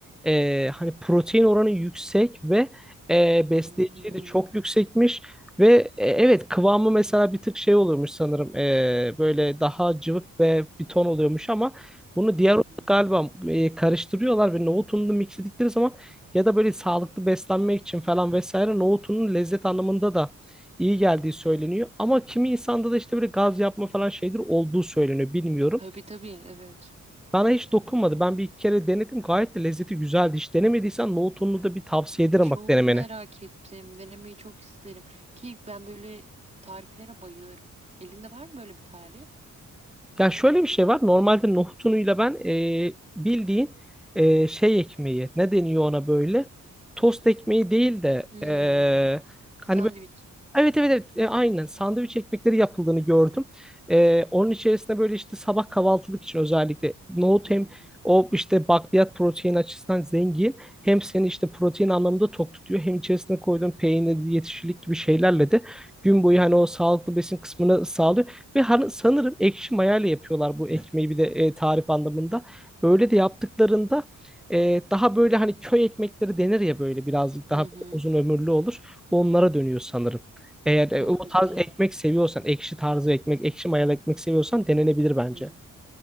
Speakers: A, in the centre; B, on the right (about 20°).
A: e, hani protein oranı yüksek ve e, besleyiciliği
B: Hmm.
A: de çok yüksekmiş. Ve e, evet kıvamı mesela bir tık şey oluyormuş sanırım. E, böyle daha cıvık ve bir ton oluyormuş ama bunu diğer
B: Hı
A: un
B: hı.
A: galiba e, karıştırıyorlar ve nohut ununu mix ettikleri zaman ya da böyle sağlıklı beslenmek için falan vesaire nohut ununun lezzet anlamında da iyi geldiği söyleniyor. Ama kimi insanda da işte böyle gaz yapma falan şeydir olduğu söyleniyor bilmiyorum.
B: Tabii tabii evet.
A: Bana hiç dokunmadı. Ben bir iki kere denedim. Gayet de lezzeti güzeldi. Hiç denemediysen nohutunlu da bir tavsiye ederim
B: Çok
A: bak denemene.
B: merak ettim. Denemeyi çok isterim. Ki ben böyle tariflere bayılırım. Elinde var mı böyle bir tarif?
A: Ya şöyle bir şey var. Normalde nohutunuyla ben e, bildiğin e, şey ekmeği ne deniyor ona böyle? Tost ekmeği değil de
B: Hmm.
A: e,
B: Sandviç.
A: hani Evet evet evet E, aynen sandviç ekmekleri yapıldığını gördüm. E, onun içerisinde böyle işte sabah kahvaltılık için özellikle nohut
B: Hmm.
A: hem o işte bakliyat protein açısından zengin hem seni işte protein anlamında tok tutuyor hem içerisine koyduğun peynir yetişilik gibi şeylerle de gün boyu hani o sağlıklı besin kısmını sağlıyor ve hani sanırım ekşi mayayla yapıyorlar bu ekmeği bir de e, tarif anlamında. Öyle de yaptıklarında e, daha böyle hani köy ekmekleri denir ya böyle birazcık daha
B: Hı hı.
A: uzun ömürlü olur. Onlara dönüyor sanırım. Eğer e,
B: Çok
A: o
B: güzel.
A: tarz ekmek seviyorsan, ekşi tarzı ekmek, ekşi mayalı ekmek seviyorsan denenebilir bence.
B: Hı,